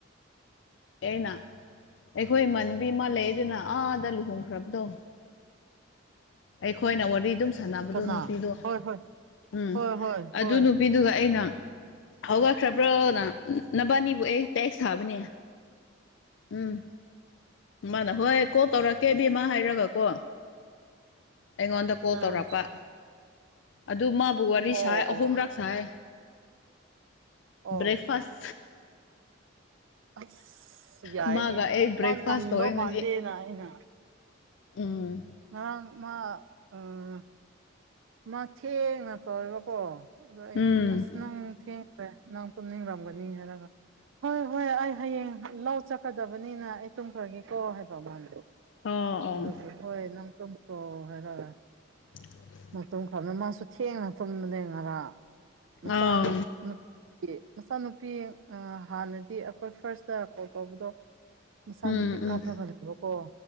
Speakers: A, on the left; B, on the right.
A: ꯑꯩꯅ ꯑꯩꯈꯣꯏ ꯏꯃꯥꯟꯅꯕꯤ ꯑꯃ ꯂꯩ ꯑꯗꯨꯅ ꯑꯥꯗ ꯂꯨꯍꯣꯡꯈ꯭ꯔꯕꯗꯣ ꯑꯩꯈꯣꯏꯅ ꯋꯥꯔꯤ ꯑꯗꯨꯝ ꯁꯥꯟꯅꯕꯗꯣ
B: ꯀꯅꯥ
A: ꯅꯨꯄꯤꯗꯣ
B: ꯍꯣꯏ ꯍꯣꯏ
A: ꯎꯝ
B: ꯍꯣꯏ ꯍꯣꯏ
A: ꯑꯗꯨ
B: ꯍꯣꯏ
A: ꯅꯨꯄꯤꯗꯨꯒ ꯑꯩꯅ ꯍꯧꯒꯠꯈ꯭ꯔꯕ꯭ꯔꯣꯅ
B: ꯎꯝ
A: ꯅꯕꯥꯅꯤꯕꯨ ꯑꯩ ꯇꯦꯛꯁ ꯊꯥꯕꯅꯦ ꯫ ꯎꯝ ꯃꯥꯅ ꯍꯣꯏ ꯀꯣꯜ ꯇꯧꯔꯛꯀꯦ ꯏꯕꯦꯝꯃ ꯍꯥꯏꯔꯒ ꯀꯣ ꯑꯩꯉꯣꯟꯗ ꯀꯣꯜ
B: ꯎꯝ
A: ꯇꯧꯔꯛꯄ ꯫ ꯑꯗꯨ ꯃꯥꯕꯨ ꯋꯥꯔꯤ ꯁꯥꯏ
B: ꯑꯣ
A: ꯑꯍꯨꯝꯔꯛ
B: ꯑꯣ
A: ꯁꯥꯏ ꯫
B: ꯑꯣ
A: ꯕ꯭ꯔꯦꯛꯐꯥꯁ
B: ꯑꯁ ꯌꯥꯏꯅꯦ
A: ꯃꯥꯒ ꯑꯩ ꯕ꯭ꯔꯦꯛꯐꯥꯁ
B: ꯅꯪ ꯅꯪꯗꯧ
A: ꯇꯧꯋꯦ ꯉꯁꯤ
B: ꯃꯥꯟꯗꯦꯅ ꯑꯩꯅ
A: ꯎꯝ
B: ꯉꯔꯥꯡ ꯃꯥ ꯎꯝ ꯃꯥ ꯊꯦꯡꯅ ꯇꯧꯋꯦꯕꯀꯣ ꯑꯗꯣ ꯑꯩ
A: ꯎꯝ
B: ꯑꯁ ꯅꯪ ꯊꯦꯡ ꯅꯪ ꯇꯨꯝꯅꯤꯡꯔꯝꯒꯅꯤ ꯍꯥꯏꯔꯒ ꯍꯣꯏ ꯍꯣꯏ ꯑꯩ ꯍꯌꯦꯡ ꯂꯧ ꯆꯠ ꯀꯗꯕꯅꯤꯅ ꯑꯩ ꯇꯨꯝꯈ꯭ꯔꯒꯤꯀꯣ ꯍꯥꯏꯕ ꯃꯥꯅ
A: ꯑꯣ
B: ꯑꯗꯨꯒꯤ
A: ꯑꯣ
B: ꯍꯣꯏ ꯅꯪ ꯇꯝꯈ꯭ꯔ‌ꯣ ꯍꯥꯏꯔꯒ
A: <inaudible>
B: ꯃꯇꯨꯝ ꯈ꯭ꯔꯅ ꯃꯥꯁꯨ ꯊꯦꯡꯅ ꯊꯨꯝꯕꯅꯦ ꯉꯔꯥꯡ ꯃꯆꯥꯅꯨ
A: ꯑꯥꯎ
B: ꯅꯨ ꯄꯤ ꯃꯆꯥꯅꯨꯄꯤ ꯑꯥ ꯍꯥꯟꯅꯗꯤ ꯑꯩꯈꯣꯏ ꯐꯥꯔꯁꯇ ꯀꯣꯜ ꯇꯧꯕꯗꯣ ꯃꯆꯥꯥꯅꯨꯄꯤ
A: ꯎꯝ
B: ꯀꯥꯞꯔꯒ
A: ꯎꯝ
B: ꯂꯩꯕꯀꯣ